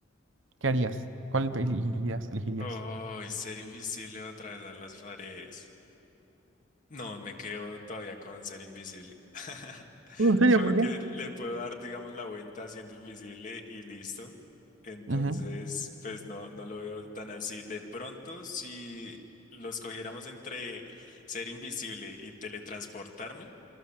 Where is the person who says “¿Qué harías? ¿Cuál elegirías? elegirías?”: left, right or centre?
Right